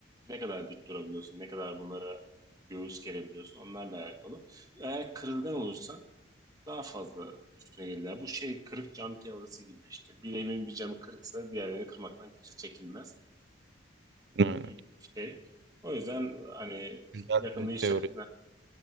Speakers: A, on the right (about 20°); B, on the right (about 60°).
A: ne kadar dik durabiliyorsun, ne kadar bunlara göğüs gerebiliyorsun onlarla alakalı. Eğer kırılgan olursan daha fazla üstüne gelirler. Bu şey kırık cam teorisi gibi işte. Bir evin bir camı kırıksa diğerlerini kırmaktan kimse çekinmez.
B: Aynen.
A: Bunun gibi bir şey. O yüzden hani
B: Güzel
A: yakında
B: bir teori.
A: iş hayatına